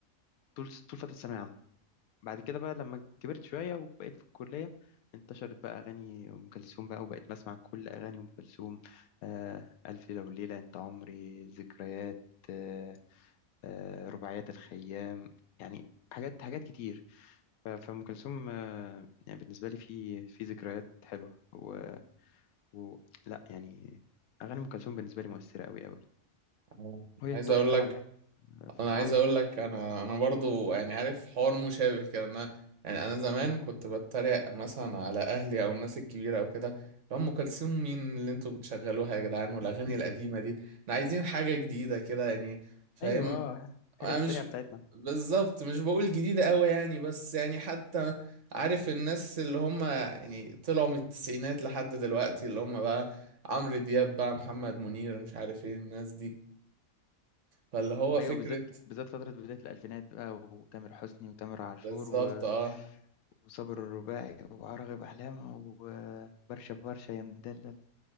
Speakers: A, on the left; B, on the right.
A: طول طول فترة الثانوية العامة بعد كده بقى لما كبرت شوية وبقيت في الكلية انتشرت بقى أغاني أم كلثوم بقى وبقيت بسمع كل أغاني أم كلثوم آه ألف ليلة وليلة أنت عمري ذكريات آه آه رباعيات الخيام يعني حاجات حاجات كتير ف- فأم كلثوم آه، يعني بالنسبة لي في في ذكريات حلوة و... و... لا يعني أغاني أم كلثوم بالنسبة لي مؤثرة أوي أوي
B: أنا
A: وهي
B: عايز
A: التوب
B: اقول
A: طبعا
B: لك
A: يعني في
B: انا
A: العرب
B: عايز اقول لك انا انا برضو يعني عارف حوار مشابه كده انا يعني انا زمان كنت بتريق مثلا على اهلي او الناس الكبيره او كده لو ام كلثوم مين اللي انتوا بتشغلوها يا جدعان والاغاني القديمه دي احنا عايزين حاجه جديده كده يعني فاهم
A: أيوة آه، الحاجات
B: انا
A: السريعة
B: مش
A: بتاعتنا
B: بالظبط مش بقول جديده قوي يعني بس يعني حتى عارف الناس اللي هم يعني طلعوا من التسعينات لحد دلوقتي اللي هم بقى عمرو دياب بقى محمد منير مش عارف ايه الناس دي فاللي هو
A: أيوة
B: فكرة
A: بالذات بالذات فترة بداية الألفينات بقى وتامر حسني وتامر عاشور
B: بالظبط
A: و...
B: اه
A: وصابر الرباعي وعراغب أحلام وبرشا برشا يا مدلل